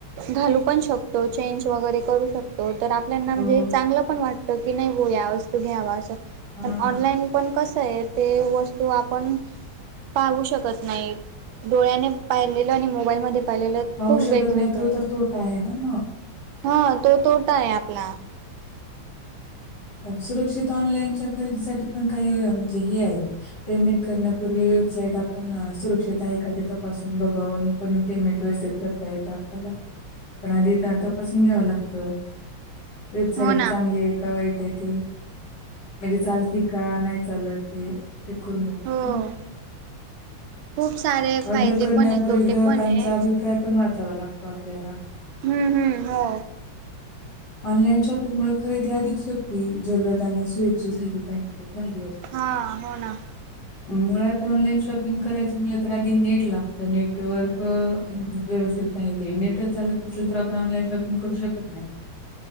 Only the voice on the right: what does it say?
घालू पण शकतो चेंज वगैरे करू शकतो तर आपल्याना
म्हणजे चांगलं पण वाटत की नाही हो या वस्तू घ्यावा असं
पण ऑनलाईन आपण कसं आहे ते वस्तू आपण पाहू शकत नाही डोळ्याने पाहिलेलं आणि मोबाईलमध्ये पाहिलेलं
खूप
वेगवेगळे
हा तो तोटा आहे आपला
हो ना
हो खूप सारे
फायदे
पण आहे तोटे
पण आहे.
हम्म हम्म हो
हा हो ना